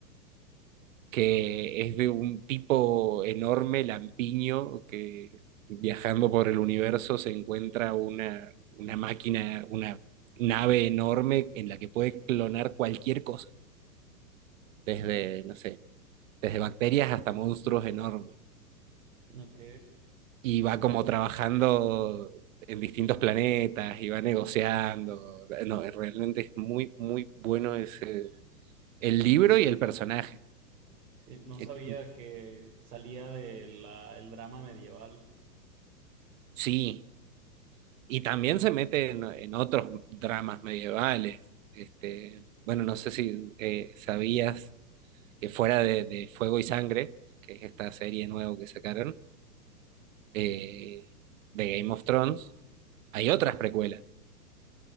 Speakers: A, on the right (about 50°); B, on the right (about 70°).
A: que es de un tipo enorme, lampiño, que viajando por el universo se encuentra una, una máquina, una nave enorme en la que puede clonar cualquier cosa, desde, no sé, desde bacterias hasta monstruos enormes.
B: ok.
A: y va como trabajando en distintos planetas y va negociando. No, realmente es muy, muy bueno ese, el libro y el personaje.
B: Sí, no sabía
A: Eh,
B: que salía de la, el drama medieval
A: Sí, y también se mete en, en otros dramas medievales. Este, bueno, no sé si eh, sabías que fuera de, de Fuego y Sangre, que es esta serie nueva que sacaron, eh, de Game of Thrones, hay otras precuelas